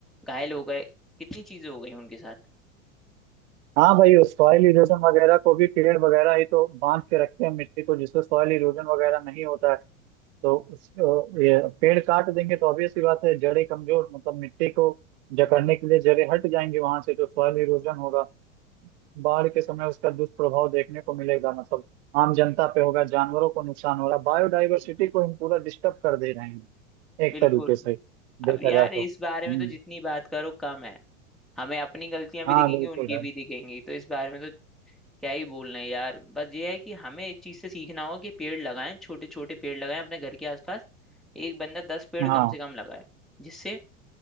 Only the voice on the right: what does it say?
हाँ भाई सॉइल इरोजन वगैरह को भी पेड़ वगैरह ही तो बांध के रखते हैं मिट्टी को जिससे सॉइल इरोजन वगैरह नहीं होता है तो उस अ, ये पेड़ काट देंगे तो ऑब्वियस सी बात है जड़ें कमजोर मतलब मिट्टी को जकड़ने के लिए जड़ें हट जाएंगी वहां से तो सॉइल इरोजन होगा बाढ़ के समय उसका दुष्प्रभाव देखने को मिलेगा मतलब आम जनता पे होगा जानवरों को नुकसान हो रहा है बायोडाइवर्सिटी को हम पूरा डिस्टर्ब कर दे रहे हैं एक
तरीके से
देखा
जाए
तो हम्म
हाँ
बिल्कुल
है
हाँ